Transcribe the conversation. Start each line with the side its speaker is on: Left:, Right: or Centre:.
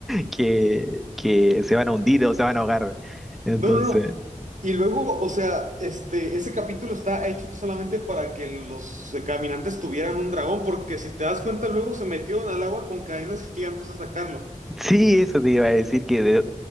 Centre: que, que se van a hundir o se van a ahogar? Entonces...
Right: no, no, no. Y luego, o sea, este, ese capítulo está hecho solamente para que los eh, caminantes tuvieran un dragón, porque si te das cuenta, luego se metieron al agua con cadenas gigantes a sacarlo.
Centre: Sí, eso te iba a decir que de-